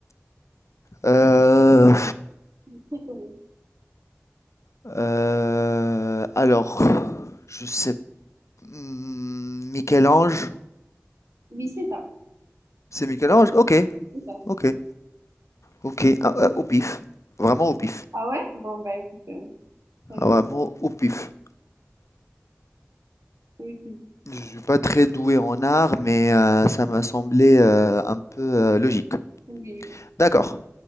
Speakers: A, on the left (about 75°); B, on the right (about 70°).
A: Euh,
B: C'est très connu.
A: Heu, alors, je sais mmh, Michel-Ange?
B: Oui, c'est ça.
A: C'est Michel-Ange? OK,
B: c'est ça.
A: OK, OK, ah, ah, au pif, vraiment au pif,
B: Ah ouais? Bon, bah écoute, euh, t'as
A: Ah,
B: eu
A: vraiment
B: bon.
A: au pif.
B: Oui, oui,
A: Je suis pas très doué en art, mais heu, ça m'a semblé, heu, un peu, heu, logique.
B: oui, oui.
A: D'accord.